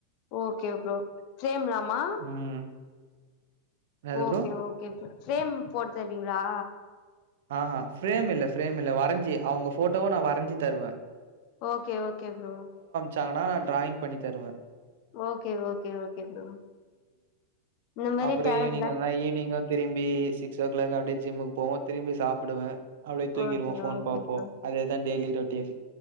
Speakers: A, on the left (about 45°); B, on the right (about 55°).
A: ஓகே ப்ரோ சேம்லாமா
B: ம் என்னது
A: okay
B: bro
A: okay bro frame போட்டு தருவீங்களா
B: ஆ ஃப்ரேம் இல்ல ஃப்ரேம் இல்ல வரஞ்சி அவங்க போட்டோவ நான் வரஞ்சி தருவேன்
A: ஓகே ஓகே ப்ரோ
B: ட்டாங்கனா நா டிராயி்ங் பண்ணி தருவ
A: ஓகே ஓகே ஓகே ப்ரோ இந்த மாரி
B: அப்புற
A: டேலண்ட்லா
B: ஈவ்னிங் வந்தனா ஈவ்னிங்கு திரும்பி சிக்ஸ் ஓ க்ளாக் அப்டியே ஜிம்முக்கு போவோ திரும்பி சாப்புடுவே அப்டியே தூங்கிருவோ
A: ஓகே
B: ஃபோன்
A: ஓகே
B: பாப்போ
A: ப்ரோ
B: அதேதா daily routine